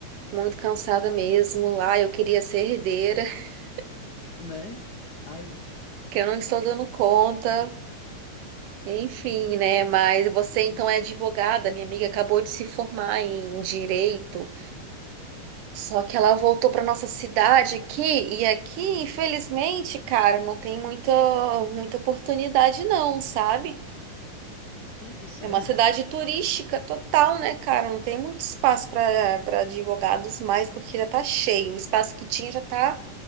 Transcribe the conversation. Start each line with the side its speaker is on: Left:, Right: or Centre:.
Right: muito cansada mesmo. Ah, eu queria ser herdeira, <laughs>
Left: né? Ai,
Right: que eu não estou dando conta. Enfim, né? Mas você então é advogada. Minha amiga acabou de se formar em direito, só que ela voltou para nossa cidade aqui e aqui, infelizmente, cara, não tem muita muita oportunidade não, sabe?
Left: eita, sério?
Right: É uma cidade turística total, né, cara? Não tem muito espaço para para advogados mais, porque já tá cheio. O espaço que tinha já tá,